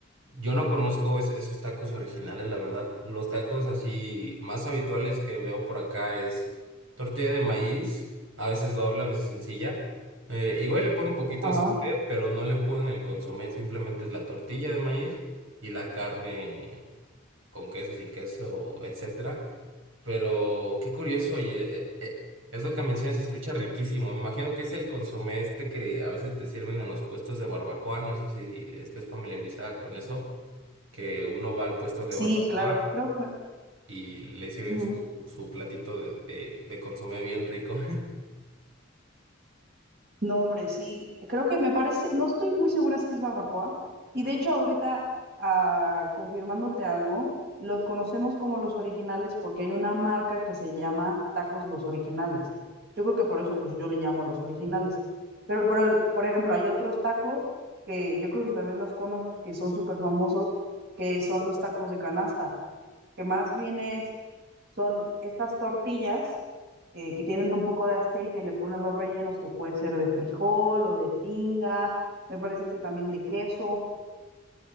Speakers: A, on the right; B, on the right.
A: yo no conozco es- esos tacos originales, la verdad. Los tacos así más habituales que veo por acá es tortilla de maíz, a veces doble, a veces sencilla. Eh, igual le ponen un poquito
B: Ajá.
A: de aceite, pero no le ponen el consomé, simplemente es la tortilla de maíz y la carne con queso, sin queso, etcétera. Pero qué curioso, oye, eh, eh, eso que mencionas se escucha riquísimo. Me imagino que es el consomé este que a veces te sirven en los puestos de barbacoa. No sé si estés familiarizada con eso, que uno va al puesto de
B: Sí,
A: barbacoa
B: claro, creo. que-
A: y le sirven
B: ujú.
A: su, su platito de, de, de consomé bien rico.
B: No, hombre, sí, creo que me parece, no estoy muy segura si es barbacoa. Y de hecho ahorita, ah, confirmándote algo, los conocemos como los originales porque hay una marca que se llama Tacos Los Originales. Yo creo que por eso pues yo le llamo los originales. Pero por, el- por ejemplo, hay otros tacos que yo creo que también los conoces, que son súper famosos, que son los tacos de canasta que más bien es, son estas tortillas eh, que tienen un poco de aceite y le ponen los rellenos que puede ser de frijol o de tinga, me parece que también de queso.